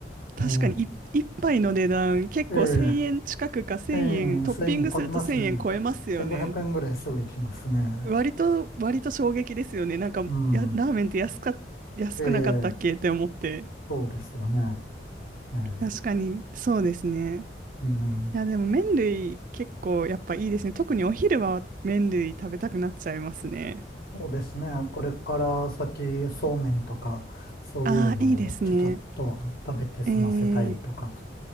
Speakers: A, on the right; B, on the left.
A: 確かに一一杯の値段結構1000円近くか1000円トッピングすると1000円超えますよね
B: ええ、ええ。ええ、1000超えますね。1500円ぐらいすぐ行きますね。
A: 割と割と衝撃ですよねなんかやラーメンって安か安くなかったっけって思って
B: うん。ええ、そうですよね。ええ、
A: 確かにそうですね
B: うん。
A: いやでも麺類結構やっぱいいですね特にお昼は麺類食べたくなっちゃいますね
B: そうですね。これから先、そうめんとか、そういうのをちゃちゃっと食べて済ませたいとか、
A: ああいいですねええ